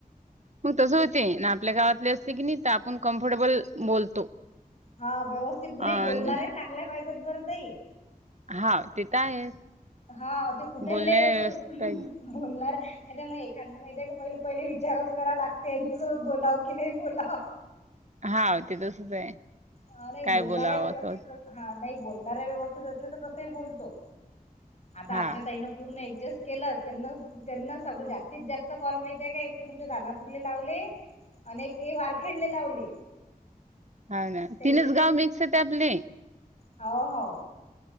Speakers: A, on the right; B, on the left.
A: मग तसं होते ना आपल्या गावातले असते की नाही तर आपण कम्फर्टेबल बोलतो.
B: हा व्यवस्थित. नाही
A: आणि
B: बोलणाऱ्या चांगल्या पाहिज्या बरं ताई.
A: हा ते तर आहेच.
B: हा ते कुठलले
A: बोलण्याला
B: असो
A: व्यवस्थित पाहिजे.
B: बोलणार. नाही तर मग एक <unintelligible> माहितीय का पहिले पहिले विचारच करावं लागते. यांच्यासोबत बोलावं की नाही बोलावं.
A: हाव ते तसंच आहे.
B: हा नाही
A: काय
B: बोलणार
A: बोलावं
B: आहे व्यवस्थितच
A: असं
B: हा नाही बोलणाऱ्या व्यवस्थित असल्या तर कसही बोलतो आता
A: हाव.
B: आमच्या तईन. पूर्ण ऍडजस्ट केलं. त्यांना त्यांना सगळं जास्तीत जास्त कॉल माहिती आहे का एक तर तुमच्या दानापुरले लावले. अनेक वार खेळले लावले.
A: हा ना
B: त्याचे
A: तीनच गाव मिक्स आहेत आपले.
B: हाव हाव.